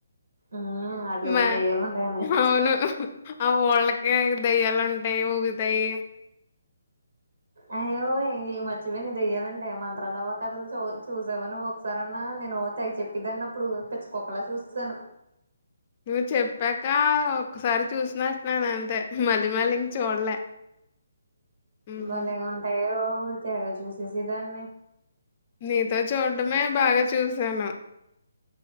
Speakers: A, on the right; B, on the left.
A: ఉమ్ వాట్లి
B: మ
A: మీద దెయ్యాలు ఉంటాయని
B: అవును ఆ వాళ్ళకే దయ్యాల ఉం దయ్యాలు ఊగుతాయి
A: అయ్యో ఈ మర్చిపోను ఇది దయ్యాలంటే మంత్రలువ్వ కథలు చ చూసావా నువ్వు ఒకసార అన్నా, నేను తెగ చెప్పి దాన్ని అప్పుడు పెచ్చుకోకలా చూస్తాను
B: నువ్వు చెప్పాక ఒక్కసారి చూసినట్టున్నాన అంతే మళ్ళీ మళ్ళీ ఇంకా చూడలే హ్మ్.
A: మలేగా ఉంటాయో పోతేగా చూసేసి దాన్ని
B: నీతో చూడడమే బాగా చూసాను